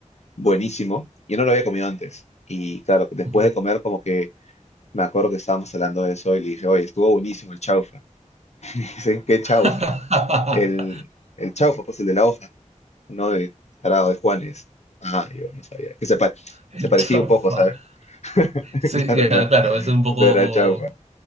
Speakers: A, on the left; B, on the right.
A: buenísimo. Yo no lo había comido antes. Y claro, después
B: Ujú.
A: de comer, como que me acuerdo que estábamos hablando de eso y le dije, oye, estuvo buenísimo el chaufa. <laughs> Dicen, ¿qué
B: <laughs>
A: chaufa? El, el chaufa, pues el de la hoja, no de tarado de Juanes. Ah, yo no sabía. Que se, pa-
B: El
A: se parecía
B: chafa.
A: un poco, ¿sabes? <laughs>
B: Sí,
A: Claro,
B: ya,
A: no,
B: claro, eso es un poco.
A: no era chaufa.